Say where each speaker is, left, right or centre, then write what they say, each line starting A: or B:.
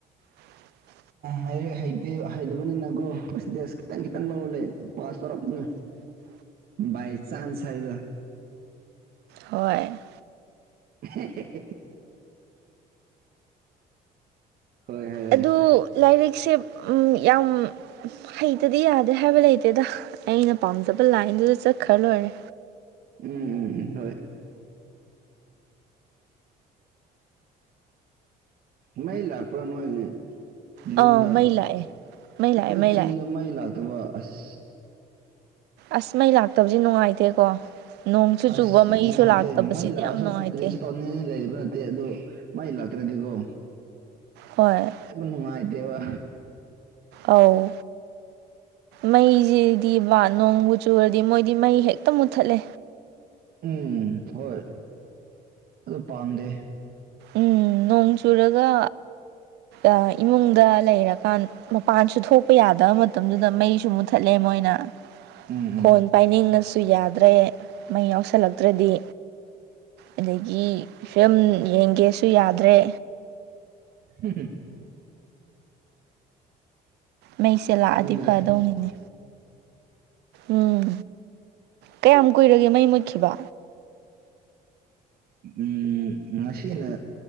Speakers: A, on the right; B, on the right.
A: <unintelligible>
B: ꯂꯥꯏꯔꯤꯛ ꯍꯩꯇꯦ ꯍꯩꯇꯕꯅꯤꯅꯀꯣ ꯄꯥꯔꯁꯟꯇꯦꯁ ꯈꯤꯇꯪ ꯈꯤꯇꯪ ꯂꯧꯔꯥ ꯂꯩ ꯄꯥꯁ ꯇꯧꯔꯛꯄꯅꯤ
A: <inaudible>
B: ꯕꯥꯏ ꯆꯥꯟꯁ ꯍꯥꯏꯕꯗꯣ
A: ꯍꯣꯏ
B: ꯍꯦꯍꯦ ꯍꯣꯏ ꯍꯥꯏꯔꯦ
A: ꯑꯗꯨ ꯂꯥꯏꯔꯤꯛꯁꯦ ꯎꯝ ꯌꯥꯝ ꯍꯩꯇꯗꯤ ꯌꯥꯗꯦ ꯍꯥꯏꯕ ꯂꯩꯇꯦꯗ ꯑꯩꯅ ꯄꯥꯝꯖꯕ ꯂꯥꯏꯟꯗꯨꯗ ꯆꯠꯈ꯭ꯔ ꯂꯣꯏꯔꯦ
B: ꯎꯝ ꯎꯝ ꯎꯝ ꯍꯣꯏ <inaudible> ꯃꯩ ꯂꯥꯛꯄ꯭ꯔꯥ ꯅꯣꯏꯒꯤ
A: ꯑꯥ
B: ꯌꯨꯝꯗ
A: ꯃꯩ
B: ꯑꯩꯈꯣꯏ
A: ꯂꯥꯛꯑꯦ ꯃꯩ ꯂꯥꯛꯑꯦ ꯃꯩ
B: ꯆꯤꯡꯗ
A: ꯂꯥꯛꯑꯦ
B: ꯃꯩ ꯂꯥꯛꯇꯕ ꯑꯁ
A: ꯑꯁ ꯃꯩ ꯂꯥꯛꯇꯕꯖꯦ ꯅꯨꯡꯉꯥꯏꯇꯦꯀꯣ ꯅꯣꯡꯁꯨ
B: ꯑꯁ
A: ꯆꯨꯕ ꯃꯩꯁꯨ
B: ꯅꯨꯡꯉꯥꯏꯇꯦ
A: ꯂꯥꯛꯇꯕꯁꯤꯗꯤ
B: ꯃꯩ ꯂꯥꯛꯑꯁꯨ
A: ꯌꯥꯝ ꯅꯨꯡꯉꯥꯏꯇꯦ
B: <unintelligible> ꯂꯩꯕ ꯅꯠꯇꯦ ꯑꯗꯨ ꯃꯩ ꯂꯥꯛꯇ꯭ꯔꯗꯤꯀꯣ
A: ꯍꯣꯏ
B: ꯑꯩꯕꯨ ꯅꯨꯡꯉꯥꯏꯇꯦꯕ
A: ꯑꯧ ꯃꯩꯖꯤꯗꯤ ꯕꯥ ꯅꯣꯡꯕꯨ ꯆꯨꯔꯗꯤ ꯃꯣꯏꯗꯤ ꯃꯩ ꯍꯦꯛꯇ ꯃꯨꯠꯊꯠꯂꯦ
B: ꯎꯝ ꯍꯣꯏ ꯑꯗꯨ ꯄꯥꯝꯗꯦ
A: ꯎꯝ ꯅꯣꯡ ꯆꯨꯔꯒ ꯑꯥ ꯏꯃꯨꯡꯗ ꯂꯩꯔꯀꯥꯟ ꯃꯄꯥꯟꯁꯨ ꯊꯣꯛꯄ ꯌꯥꯗꯕ ꯃꯇꯝꯗꯨꯗ ꯃꯩꯁꯨ ꯃꯨꯠꯊꯠꯂꯦ ꯃꯣꯏꯅ
B: ꯎꯝ ꯎꯝ
A: ꯐꯣꯟ ꯄꯥꯏꯅꯤꯡꯉꯁꯨ ꯗꯨ ꯌꯥꯗ꯭ꯔꯦ ꯃꯩ ꯌꯥꯎꯁꯜꯂꯛꯇ꯭ꯔꯗꯤ ꯑꯗꯒꯤ ꯐꯤꯂꯝ ꯌꯦꯡꯒꯦꯁꯨ ꯌꯥꯗ꯭ꯔꯦ
B: ꯍꯨꯝ ꯍꯨꯝ
A: ꯃꯩꯁꯦ ꯂꯥꯛꯑꯗꯤ
B: ꯈꯪꯗ꯭ꯔꯦ
A: ꯐꯗꯧꯅꯤꯅꯦ ꯎꯝ ꯀꯌꯥꯝ ꯀꯨꯏꯔꯒꯦ ꯃꯩ ꯃꯨꯠꯈꯤꯕ
B: ꯎꯝ ꯉꯁꯤꯅ